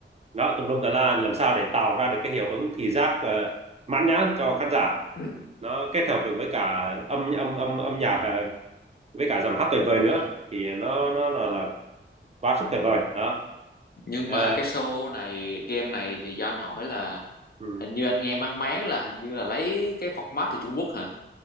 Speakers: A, on the right; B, on the left.
A: đó tùm lum tà la làm sao để tạo ra được cái hiệu ứng thị giác ờ, mãn nhãn cho khán giả
B: <clears throat>
A: nó kết hợp được với cả âm âm âm âm nhạc ờ, với cả dòng hát tuyệt vời nữa thì nó nó là, là quá sức tuyệt vời đó
B: nhưng
A: Ờ,
B: mà cái show này game này thì do anh hỏi là
A: ừ,
B: hình như anh nghe mang máng là hình như là lấy cái format từ Trung Quốc hả